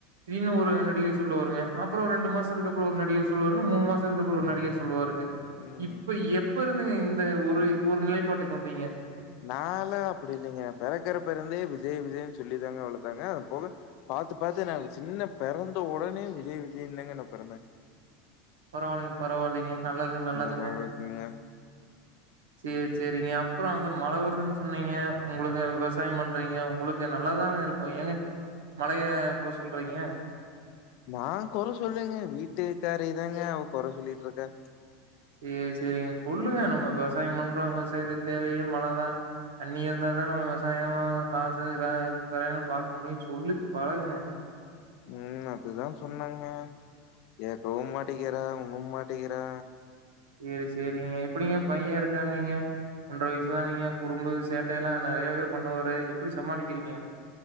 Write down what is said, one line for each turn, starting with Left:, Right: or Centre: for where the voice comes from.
Right: தீடிர்னு ஒரு நடிகர் சொல்லுவாருங்க அப்புறோ ரெண்டு மாசத்துக் அப்புறோ ஒரு நடிகர் சொல்லுவாருங்க மூணு மாசத்துக்கு அப்புறோ ஒரு நடிகர் சொல்லுவாருங்க
Left: ம்
Right: இப்ப எப்ப இருந்துங்க இந் து ஒரு ஒரு நிலைப்பாட்டுக் வந்தீங்க
Left: நால்லா அப்புடி இல்லைங்க பிறக்கரபருந்தே விஜய் விஜய்ன்னு சொல்லிதாங்க வளத்தாங்க அது போக பாத்து பாத்து என்ன சின்ன பிறந்த ஒடனே விஜய் விஜய்ன்னுதாங்க நா பிறந்தே
Right: பரவாயில்லீங் பரவாயில்லீங்க நல்லதுங் நல்லதுங்க
Left: அளவுக்குங்க
Right: சேரி சேரிங்க அப்புறோ அங்க மழ வருதுன் சொன்னீங்க உங்களுக்கு அ விவசாயம் பண்றீங்க உங்களுக்கு நல்லாதானே இருக்கும் ஏங்க மழைய குற சொல்றீங்க
Left: நா குற சொல்லேங்க வீட்டுக்காரீதாங்க அவ குற சொல்லிட்ருக்கா
Right: சேரி சேரிங்க சொல்லுங்க நம்ம விவசாயம் பண்றோ விவசாயத்துக் தேவையே மழதா தண்ணி இருந்தாதா நம்ம விவசாயோ காசு <unintelligible> பாக்க முடியு சொல்லி பழகுங்க
Left: ம் அதுதா சொன்னாங்க கேக்கவும் மாட்டிக்கிறா ஒன்னும் மாட்டிக்கிறா
Right: ஏ சேரிங்க எப்புடிங்க பைய்ய இருக்கான்னீங்க ஒன்ற வயசுதான்னீங்க குறும்பு சேட்டை எல்லா நறையாவே பண்ணுவாரு எப்புடி சமாளிக்கிறீங்க